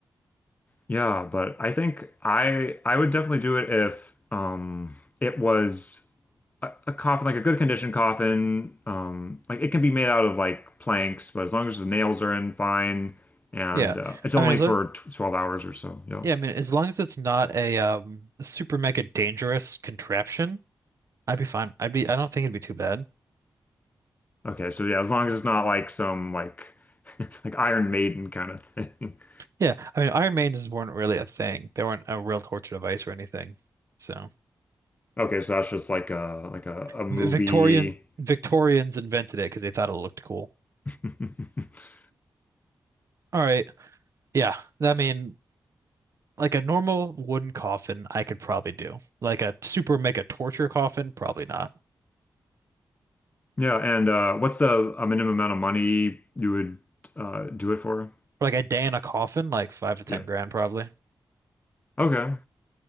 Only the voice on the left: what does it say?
Yeah, but I think I I would definitely do it if um it was a, a coffin, like a good condition coffin. Um like it can be made out of like planks, but as long as the nails are in fine and
uh, it's only
for
tw 12 hours or so. Yeah.
Okay, so yeah, as long as it's not like some like <laughs> like Iron Maiden kind of thing. <laughs>
Okay, so that's just like a like a, a movie.
<laughs>
Yeah, and uh what's the a minimum amount of money you would uh do it for?
Yeah.
Okay.